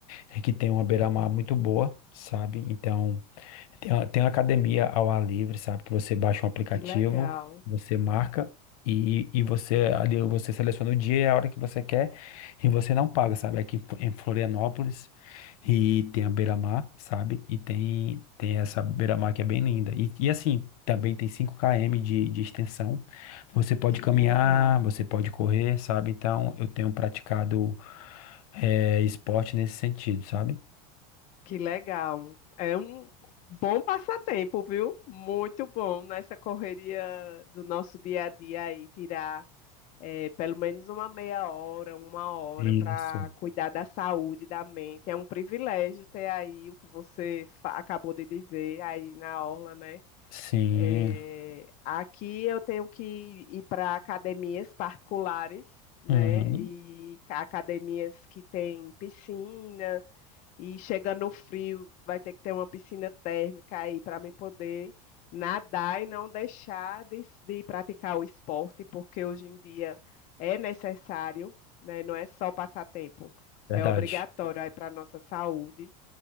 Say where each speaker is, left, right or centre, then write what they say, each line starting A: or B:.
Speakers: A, on the left; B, on the left.
A: eh, que tem uma beira-mar muito boa, sabe? Então. Tem uma, tem uma academia ao ar livre, sabe? Que você baixa um aplicativo,
B: Que legal.
A: você marca e, e você ali você seleciona o dia e a hora que você quer e você não paga, sabe? Aqui em Flo- em Florianópolis e tem a Beira-Mar, sabe? E tem, tem essa Beira-Mar que é bem linda. E, e assim, também tem 5 km de, de extensão. Você pode
B: Que
A: caminhar,
B: legal.
A: você pode correr, sabe? Então eu tenho praticado eh, esporte nesse sentido, sabe?
B: Que legal. É um bom passatempo, viu? Muito bom nessa correria do nosso dia a dia aí, tirar eh, pelo menos uma meia hora, uma hora
A: Isso.
B: para cuidar da saúde da mente. É um privilégio ter aí o que você fa- acabou de dizer aí na orla, né?
A: Sim.
B: É, aqui eu tenho que ir para academias particulares, né?
A: Uhum.
B: E ca- academias que tem piscina, e chegando no frio, vai ter que ter uma piscina térmica aí para me poder nadar e não deixar de, de praticar o esporte, porque hoje em dia é necessário, né? Não é só passatempo,
A: Verdade.
B: é obrigatório aí para a nossa saúde.